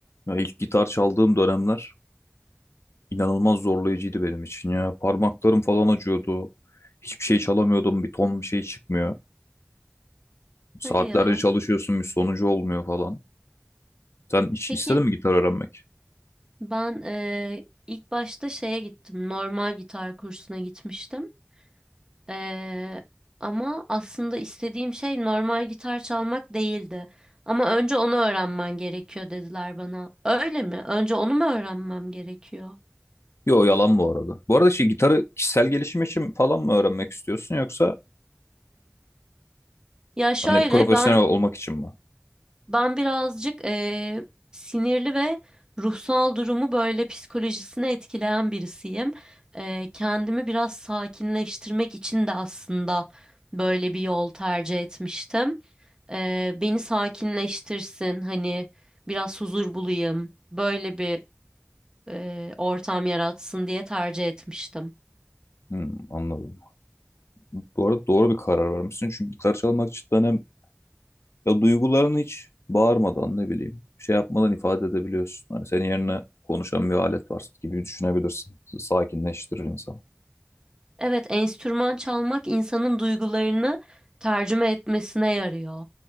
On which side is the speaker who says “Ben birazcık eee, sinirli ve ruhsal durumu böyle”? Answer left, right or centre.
Right